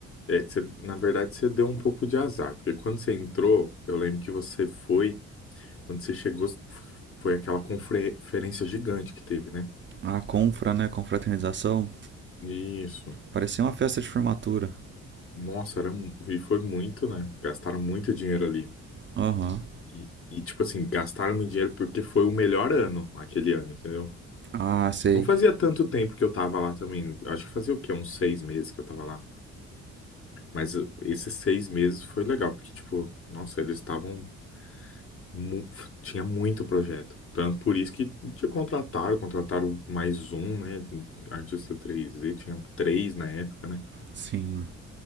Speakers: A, on the left; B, on the right.
A: é, você- na verdade, você deu um pouco de azar, porque quando você entrou, eu lembro que você foi, quando você chegou, f- foi aquela confre- conferência gigante que teve, né?
B: a confra, né? Confraternização,
A: Isso.
B: Parecia uma festa de formatura.
A: Nossa, era, mu- e foi muito, né? Gastaram muito dinheiro ali.
B: Aham. Uhum.
A: E, e, tipo assim, gastaram meu dinheiro porque foi o melhor ano, aquele ano, entendeu?
B: Ah, sei.
A: Não fazia tanto tempo que eu tava lá também. Acho que fazia o quê? Uns seis meses que eu tava lá. Mas uh, esses seis meses foi legal, porque, tipo, nossa, eles estavam. mu- Tinha muito projeto. Tanto por isso que te contrataram, contrataram mais um, né? Artista três, d tinha três na época, né?
B: Sim.